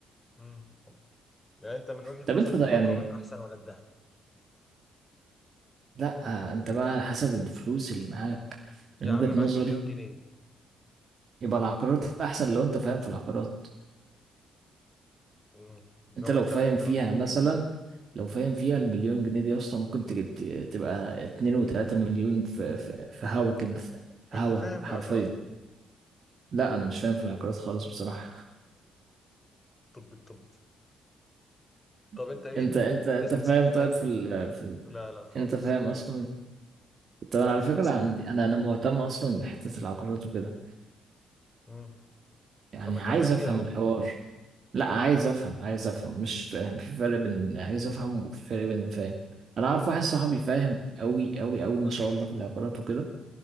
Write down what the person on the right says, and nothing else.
طب
انت ده
يعني
لا انت بقى على حسب الفلوس اللي معاك من
وجهة
نظري
يبقى العقارات احسن لو انت فاهم في العقارات
انت لو
فاهم
فيها
مثلا لو فاهم فيها المليون جنيه دي يا اسطى ممكن تجد تبقى اتنين وتلاتة مليون في في, في هوا كده في
هوا
حرفيا
لا انا مش فاهم في العقارات خالص بصراحة
<laughs>
انت
انت
انت فاهم
طيب
في, ال... في ال...
انت فاهم
اصلا طب
انا على
فكرة عندي انا انا مهتم اصلا بحتة العقارات وكده
يعني
عايز
افهم
الحوار لا عايز افهم عايز افهم مش فاهم في فرق بين ان عايز افهم وفي فرق بين إن فاهم انا عارف واحد صاحبي فاهم قوي قوي قوي ما شاء الله في العقارات وكده